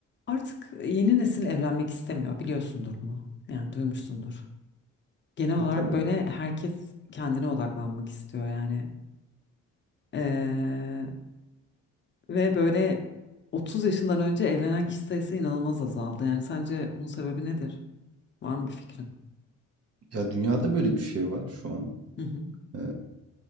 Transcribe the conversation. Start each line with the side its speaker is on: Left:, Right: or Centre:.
Left: Artık e, yeni nesil evlenmek istemiyor, biliyorsundur bunu. Yani duymuşsundur. Genel olarak
Right: E tabii.
Left: böyle herkes kendine odaklanmak istiyor yani. Ee, ve böyle 30 yaşından önce evlenen kişi sayısı inanılmaz azaldı. Yani sence bunun sebebi nedir? Var mı bir fikrin?
Right: Ya dünyada böyle bir şey var şu an.
Left: Hı hı.
Right: Ee,